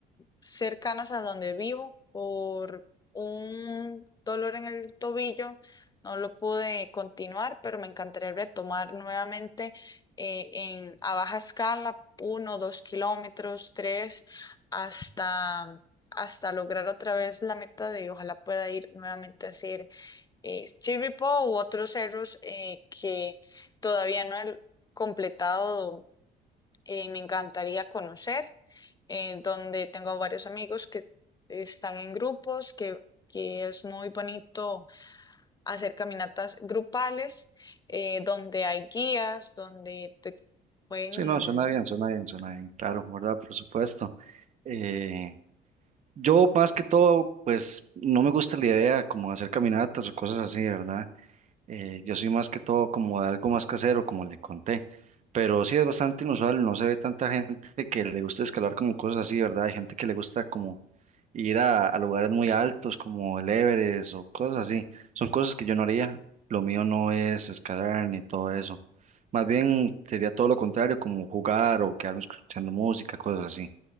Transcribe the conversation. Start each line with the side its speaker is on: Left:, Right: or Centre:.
Left: cercanas a donde vivo por un dolor en el tobillo. No lo pude continuar, pero me encantaría retomar nuevamente eh, en, a baja escala, uno, dos kilómetros, tres, hasta hasta lograr otra vez la meta de ojalá pueda ir nuevamente a hacer eh, Chirripó u otros cerros eh, que todavía no he completado, eh, me encantaría conocer, eh, donde tengo varios amigos que están en grupos, que, que es muy bonito hacer caminatas grupales, eh, donde hay guías, donde te pueden...
Right: Sí, no, suena bien, suena bien, suena bien, claro, ¿verdad? Por supuesto. Eh, yo más que todo, pues no me gusta la idea como de hacer caminatas o cosas así, ¿verdad? Eh, yo soy más que todo como de algo más casero, como le conté, pero sí es bastante inusual, no se ve tanta gente que le gusta escalar como cosas así, ¿verdad? Hay gente que le gusta como ir a, a lugares muy altos como el Everest o cosas así. Son cosas que yo no haría, lo mío no es escalar ni todo eso. Más bien sería todo lo contrario, como jugar o quedarme escuchando música, cosas así.